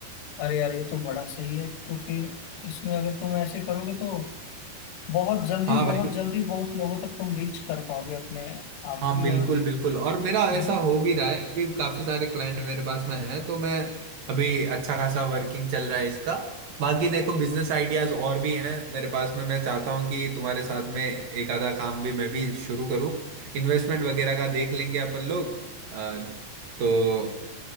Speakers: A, on the left; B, on the right.
A: अरे यार ये तो बड़ा सही है क्योंकि इसमें अगर तुम ऐसे करोगे तो बहुत जल्दी
B: हाँ
A: बहुत
B: भाई
A: जल्दी बहुत लोगों तक तुम रीच कर पाओगे अपने आप
B: हाँ
A: की
B: बिल्कुल
A: और
B: बिल्कुल और मेरा ऐसा
A: है
B: हो भी रहा है अभी काफी सारे क्लाइंट मेरे पास में है तो मैं अभी अच्छा खासा वर्किंग चल रहा है इसका बाकी देखो
A: ना
B: बिजनेस आइडियाज और भी हैं मेरे पास में मैं चाहता हूँ कि तुम्हारे साथ में एक आधा काम भी मैं भी शुरू करूँ इन्वेस्टमेंट वगैरह का देख लेंगे अपन लोग अ, तो